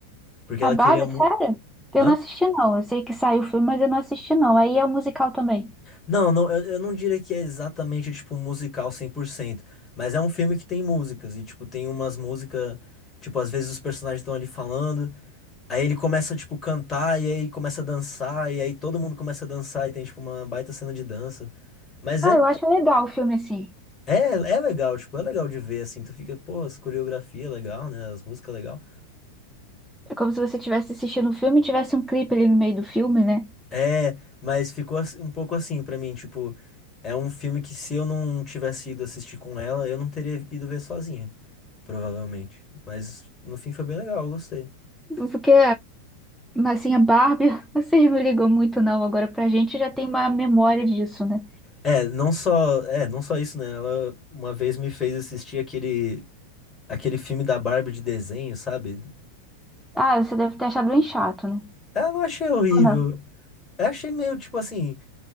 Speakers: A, on the left; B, in the centre.
A: porque
B: A
A: ela
B: Barbie,
A: queria mu-
B: sério? Eu
A: Hã?
B: não assisti, não. Eu sei que saiu o filme, mas eu não assisti, não. Aí é o musical também.
A: Não, não, eu, eu não diria que é exatamente, tipo, musical 100%, mas é um filme que tem músicas, e, tipo, tem umas músicas, tipo, às vezes os personagens estão ali falando, aí ele começa, tipo, cantar, e aí começa a dançar, e aí todo mundo começa a dançar, e tem, tipo, uma baita cena de dança. Mas
B: Ah,
A: é,
B: eu acho legal o filme assim.
A: é, é legal, tipo, é legal de ver, assim, tu fica, pô, as coreografia é legal, né, as músicas é legal,
B: É como se você estivesse assistindo o filme e tivesse um clipe ali no meio do filme, né?
A: É, mas ficou ass- um pouco assim pra mim, tipo, é um filme que se eu não tivesse ido assistir com ela, eu não teria ido ver sozinho, provavelmente. Mas no fim foi bem legal, eu gostei.
B: Porque, assim, a Barbie, <laughs> vocês não ligam muito, não. Agora, pra gente já tem uma memória disso, né?
A: É, não só, é, não só isso, né? Ela uma vez me fez assistir aquele aquele filme da Barbie de desenho, sabe?
B: Ah, você deve ter achado bem chato, né?
A: Ah, não achei horrível.
B: Ou não?
A: Eu achei meio tipo assim,